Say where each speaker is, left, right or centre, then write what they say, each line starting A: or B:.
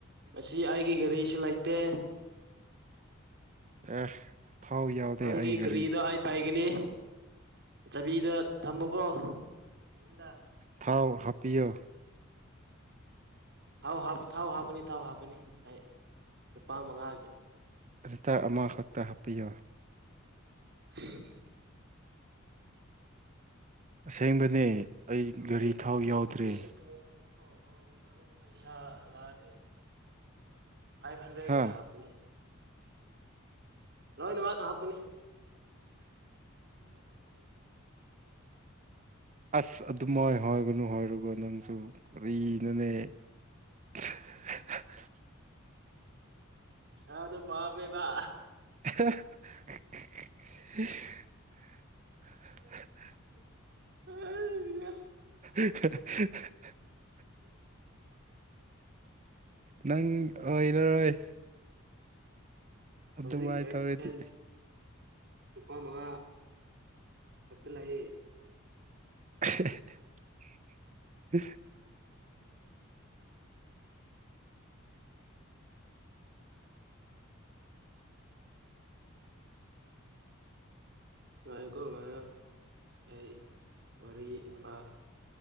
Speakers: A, on the right; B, on the right.
A: ꯉꯁꯤ ꯑꯩꯒꯤ ꯒꯥꯔꯤꯁꯨ ꯂꯩꯇꯦ
B: ꯑꯦ ꯊꯥꯎ ꯌꯥꯎꯗꯦ
A: ꯅꯪꯒꯤ
B: ꯑꯩ ꯒꯥꯔꯤ
A: ꯒꯥꯔꯤꯗ ꯑꯩ ꯄꯥꯏꯒꯅꯤ ꯆꯥꯕꯤꯗ ꯊꯝꯃꯨꯀꯣ ꯌꯨꯝꯗ
B: ꯊꯥꯎ ꯍꯥꯄꯤꯌꯣ
A: ꯊꯥꯎ ꯊꯥꯎ ꯍꯥꯞꯀꯅꯤ ꯊꯥꯎ ꯍꯥꯞꯀꯅꯤ ꯑꯩ ꯅꯨꯄꯥ ꯃꯉꯥꯒꯤ
B: ꯂꯤꯇꯥꯔ ꯑꯃꯈꯛꯇ ꯍꯥꯞꯄꯤꯌꯨ
A: <unintelligible>
B: ꯑꯁꯦꯡꯕꯅꯦ ꯑꯩ
A: ꯍꯧꯖꯤꯛ
B: ꯒꯥꯔꯤ ꯊꯥꯎ ꯌꯥꯎꯗ꯭ꯔꯦ
A: ꯅꯕꯥꯅꯤ ꯐꯣꯟ ꯑꯣ ꯐꯣꯟ ꯇꯧꯔꯕ ꯄꯩꯁꯥ ꯂꯥꯛꯑꯗꯤ ꯐꯥꯏꯚ ꯍꯟꯗ꯭ꯔꯦꯠꯀꯤ
B: ꯍꯥ
A: ꯍꯥꯞꯀꯅꯤ ꯂꯣꯏꯅꯃꯛ ꯍꯥꯄꯀꯅꯤ
B: ꯑꯁ ꯑꯗꯨꯝꯥꯏ ꯍꯥꯏꯒꯅꯨ ꯍꯥꯏꯔꯒ ꯅꯪꯁꯨ ꯀꯔꯤꯅꯣꯅꯦ <unintelligible>
A: ꯄꯩꯁꯥꯗꯣ ꯄꯥꯝꯃꯦꯕ
B: <unintelligible> <unintelligible>
A: <unintelligible>
B: <unintelligible> ꯅꯪ ꯑꯣꯏꯔꯔꯣꯏ
A: ꯍꯧꯖꯤꯛ
B: ꯑꯗꯨꯃꯥꯏ
A: ꯕꯦꯛꯂꯦꯟ
B: ꯇꯧꯔꯗꯤ
A: ꯅꯨꯄꯥ ꯃꯉꯥ ꯈꯨꯠꯇ ꯂꯩꯑꯦ
B: <unintelligible> ꯍ
A: ꯉꯥꯏꯌꯨꯀꯣ ꯉꯥꯏꯌꯣ ꯑꯩ ꯋꯥꯔꯤ ꯑꯃ